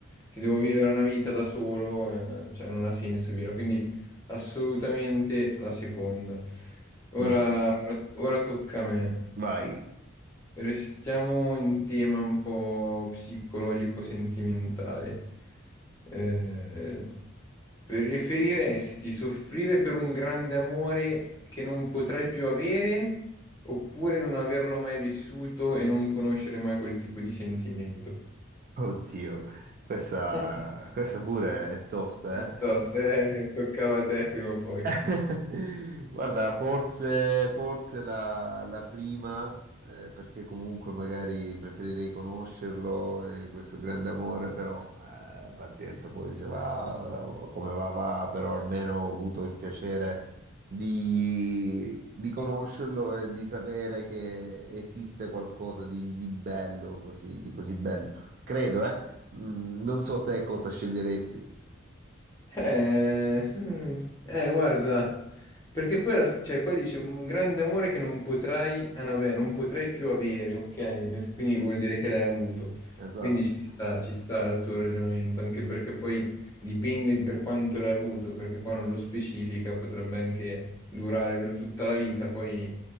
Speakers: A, on the left (about 15°); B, on the right (about 45°).
A: se devo vivere una vita da solo, eh, cioè non ha senso vivere, quindi assolutamente la seconda. Ora,
B: mm.
A: ora tocca a me.
B: Vai,
A: Restiamo in tema un po' psicologico-sentimentale. Eh, preferiresti soffrire per un grande amore che non potrai più avere oppure non averlo mai vissuto e non conoscere mai quel tipo di sentimento?
B: oddio, questa,
A: <laughs>
B: questa pure è tosta,
A: Non
B: eh?
A: so, eh, toccava a te prima o poi.
B: <laughs> Guarda, forse, forse la, la prima, eh, perché comunque magari preferirei conoscerlo, eh, questo grande amore, però eh, pazienza, poi se va come va, va, però almeno ho avuto il piacere di, di conoscerlo e di sapere che esiste qualcosa di, di bello, così, di così bello. Credo, eh. Mm, non so te cosa sceglieresti.
A: Eh, mm, eh, guarda, perché poi, alla- cioè, qua dice un grande amore che non potrai, ah, no, beh, non potrai più avere, ok? eh, Quindi vuol dire che l'hai avuto.
B: Esatto,
A: Quindi ci sta, ci sta il tuo ragionamento, anche perché poi dipende per quanto l'hai avuto, perché qua non lo specifica, potrebbe anche durare per tutta la vita, poi